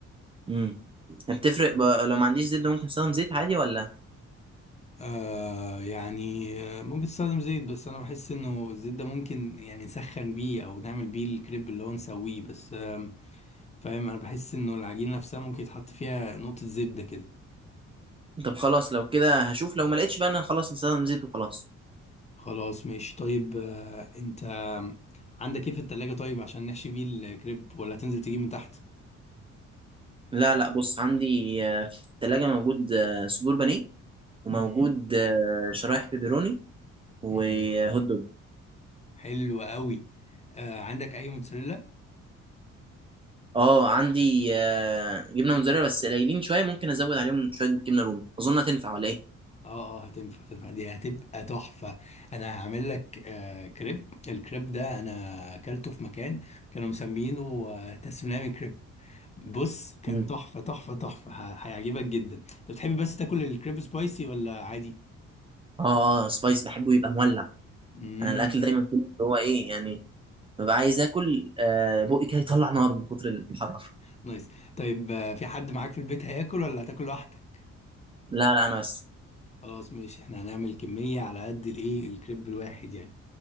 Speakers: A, on the right (about 20°); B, on the left (about 20°).
A: امم بتفرق ب- لو ما عنديش زبده ممكن استخدم زيت عادي ولا
B: آه يعني آه، ممكن تستخدم زيت بس انا بحس انه الزيت ده ممكن يعني نسخن بيه او نعمل بيه الكريب اللي هو نسويه بس آم، فاهم انا بحس انه العجينة نفسها ممكن يتحط فيها نقطة زبدة كده
A: طب خلاص لو كده هشوف لو ما لقيتش بقى انا خلاص نستخدم زيت وخلاص
B: خلاص ماشي طيب آه انت عندك ايه في التلاجة طيب عشان نحشي بيه الكريب ولا تنزل تجيب من تحت
A: لا لا بص عندي آه، في الثلاجة موجود آه، صدور بانيه
B: مم.
A: وموجود آه، شرايح بيبروني وهوت
B: مم.
A: دوج
B: حلو قوي آه عندك اي موتزاريلا
A: اه عندي آه، جبنة موتزاريلا بس قليلين شوية ممكن ازود عليهم شوية جبنة رومي اظن هتنفع ولا ايه
B: اه اه هتنفع هتنفع دي هتبقى تحفة انا هعمل لك آه كريب الكريب ده انا اكلته في مكان كانوا مسمينه آه تسونامي كريب بص كان
A: مم.
B: تحفة تحفة تحفة ه- هيعجبك جدا انت بتحب بس تاكل الكريب سبايسي ولا عادي
A: اه اه سبايس بحبه يبقى مولع
B: امم
A: انا الاكل دايما كله اللي هو ايه يعني ببقى عايز اكل آه، بقي كده يطلع نار من كتر الحرارة
B: نايس طيب آه، في حد معاك في البيت هياكل ولا هتاكل لوحدك
A: لا لا انا بس
B: خلاص ماشي احنا هنعمل كمية على قد الايه الكريب الواحد يعني